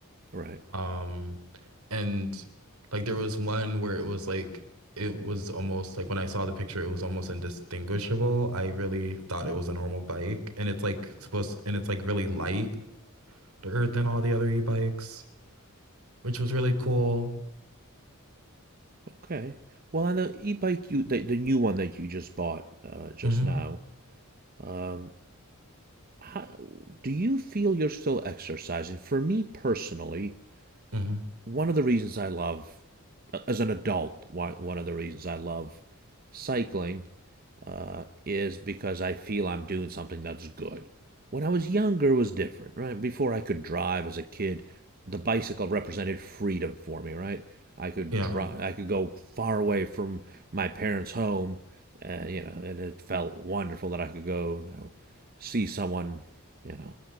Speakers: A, on the right (about 40°); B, on the right (about 80°).
A: right
B: Um and like there was one where it was like it was almost like when I saw the picture, it was almost indistinguishable. I really thought it was a normal bike, and it's like supposed and it's like really lighter than all the other e-bikes, which was really cool.
A: okay well on the e-bike you the, the new one that you just bought uh, just
B: hmm
A: now um how, do you feel you're still exercising for me personally
B: hmm
A: one of the reasons i love as an adult one, one of the reasons i love cycling uh, is because I feel I'm doing something that's good. When I was younger, it was different, right? Before I could drive as a kid, the bicycle represented freedom for me, right? I could
B: Yeah.
A: drive, I could go far away from my parents' home, and you know, and it felt wonderful that I could go you know, see someone, you know,